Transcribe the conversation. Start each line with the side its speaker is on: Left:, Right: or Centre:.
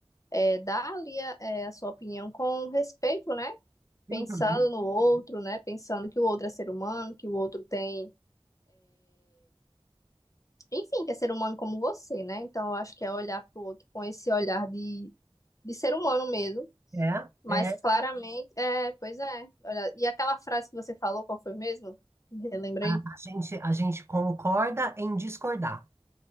Left: é, dá ali a, é, a sua opinião com respeito, né?
Right: Uhum.
Left: Pensando no outro, né? Pensando que o outro é ser humano, que o outro tem, enfim, que é ser humano como você, né? Então eu acho que é olhar para o outro com esse olhar de, de ser humano mesmo,
Right: É,
Left: mas
Right: é,
Left: claramente, é, pois é. Olha, e aquela frase que você falou, qual foi mesmo? Relembra
Right: A,
Left: aí.
Right: a gente, a gente concorda em discordar.